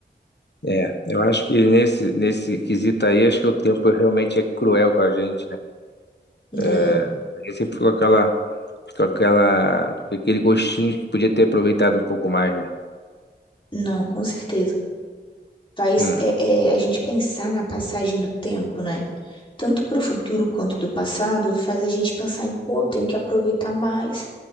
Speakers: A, on the left; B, on the left.
A: É, é. Eu acho que nesse, nesse quesito aí, acho que o tempo realmente é cruel com a gente, né?
B: Né?
A: É, a gente sempre ficou com aquela, com aquela, com aquele gostinho de que podia ter aproveitado um pouco mais, né?
B: Não, com certeza. faz
A: Uhum.
B: é, é, a gente pensar na passagem do tempo, né? Tanto para o futuro quanto do passado, faz a gente pensar em, pô, tem que aproveitar mais,